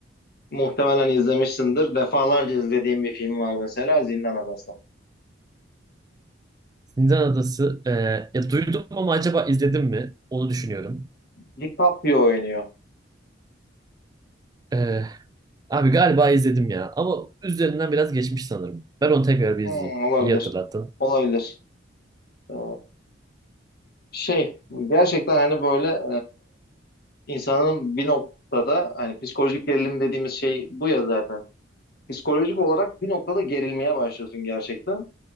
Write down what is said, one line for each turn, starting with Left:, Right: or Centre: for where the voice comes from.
Left: muhtemelen izlemişsindir. Defalarca izlediğim bir film var mesela Zindan Adası.
Right: Zindan Adası. e, ya duydum ama acaba izledim mi? Onu düşünüyorum.
Left: DiCaprio oynuyor.
Right: E, abi galiba izledim ya. Ama üzerinden biraz geçmiş sanırım. Ben onu tekrar bir izleyeyim.
Left: Hmm, olabilir.
Right: İyi hatırlattın.
Left: Olabilir. Ee, şey gerçekten hani böyle e, insanın bir noktada hani psikolojik gerilim dediğimiz şey bu ya zaten. Psikolojik olarak bir noktada gerilmeye başlıyorsun gerçekten.